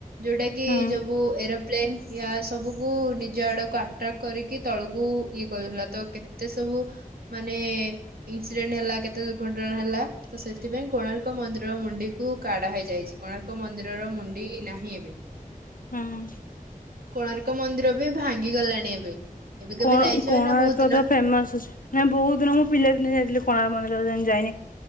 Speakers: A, on the right; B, on the left.
A: ଯୋଉଟା କି
B: ହୁଁ
A: ଯବୁ ଏରବ ପ୍ଲେନ ୟା ସବୁକୁ ନିଜ ଆଡକୁ ଆଟ୍ରାକ୍ କରିକି ତଳକୁ ଇଏ କରୁଥିଲା। ତ କେତେ ସବୁ ମାନେ ଇନସିଡେଣ୍ଟ ହେଲା କେତେ ଦୁର୍ଘଟଣା ହେଲା ତ ସେଥିପାଇଁ କୋଣାର୍ ମନ୍ଦିର ର ମୁଣ୍ଡି କୁ କାଢା ହେଇଯାଇଛି। କୋଣାର୍କ ମନ୍ଦିରର ମୁଣ୍ଡି ନାହିଁ ଏବେ। <unintelligible>
B: ହଁ।
A: କୋଣାର୍କ ମନ୍ଦିର ବି ଭାଙ୍ଗିଗଲାଣି ଏବେ। ଏବେ କେବେ
B: କଣ
A: ଯାଇଛ
B: କୋଣାର୍କ
A: ନା ବହୁତ ଦିନ
B: ତ ଫେମସ ଅଛି ମ ବହୁତ ଦିନ ମୁଁ ପିଲା ଦିନ ଯାଇଥିଲି କୋଣାର୍କ ମନ୍ଦିର ଯ ଯାଇନି।